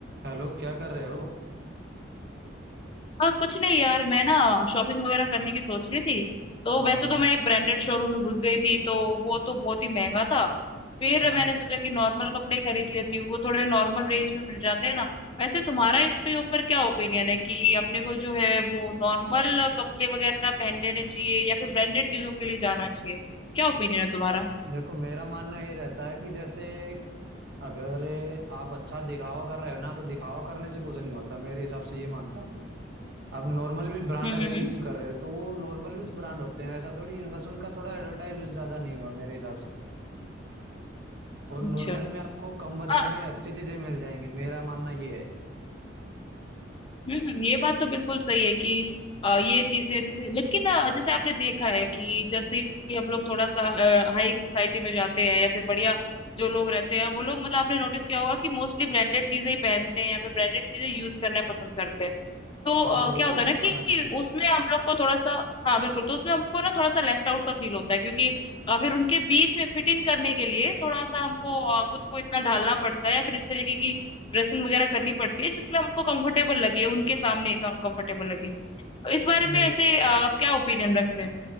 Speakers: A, on the right; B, on the left.
A: Hello क्या कर रहे हो
B: हाँ कुछ नहीं यार मैं ना शॉपिंग वगैरह करने की सोच रही थी तो
A: हाँ
B: वैसे
A: हाँ
B: तो मैं एक ब्रांडेड शोरूम में घुस गई थी तो वो तो बहुत ही महंगा था फिर
A: हाँ
B: मैंने सोचा कि नॉर्मल कपड़े ही खरीद लेती हूँ वो थोड़े नॉर्मल रेंज में मिल जाते हैं ना वैसे तुम्हारा इसके ऊपर क्या ओपिनियन है कि अपने को जो है वो नॉर्मल कपड़े वगैरह पहन लेने चाहिए या फिर ब्रांडेड चीजों के लिए जाना चाहिए क्या ओपिनियन है तुम्हारा
A: देखो मेरा मानना ये रहता है कि जैसे अगर आप अच्छा दिखावा कर रहे हो ना तो दिखावा करने से कुछ नहीं होता मेरे हिसाब से ये मानता हूँ मैं आप नॉर्मल भी ब्रांड
B: हम्म
A: अगर
B: हम्म
A: यूज
B: हम्म।
A: कर रहे हो तो वो नॉर्मल भी तो ब्रांड होते हैं ऐसा थोड़ी है, बस उनका थोड़ा एडवर्टाइज ज्यादा नहीं हुआ मेरे हिसाब से और नॉर्मल
B: अच्छा
A: में आपको कम बजट
B: हाँ
A: में अच्छी चीजें मिल जाएंगी मेरा मानना ये है
B: हम्म हम्म, ये बात तो बिल्कुल सही है कि अ, ये चीजें जैसे लेकिन अ, जैसे आपने देखा है कि जैसे ही हम लोग थोड़ा सा हाई सोसाइटी में जाते हैं या फिर बढ़िया जो लोग रहते हैं वो लोग मतलब आपने नोटिस किया होगा कि मोस्टली ब्रांडेड चीजें ही पहनते हैं या फिर ब्रांडेड चीजें यूज करना पसंद करते हैं तो अ,
A: हाँ वो
B: क्या
A: तो
B: होता
A: देखा
B: है ना कि
A: मैंने
B: उसमें हम लोग को थोड़ा सा हाँ बिल्कुल तो उसमें हमको ना थोड़ा सा लेफ्ट आउट सा फील होता है क्योंकि अ, फिर उनके बीच में फिट इन करने के लिए थोड़ा सा हमको अ, खुद को इतना ढालना पड़ता है या फिर इस तरीके की ड्रेसिंग वगैरह करनी पड़ती है जिसमें हमको कंफर्टेबल लगे उनके सामने कंफर्टेबल लगे तो इस बारे में
A: नहीं
B: ऐसे अ, आप क्या ओपिनियन रखते हैं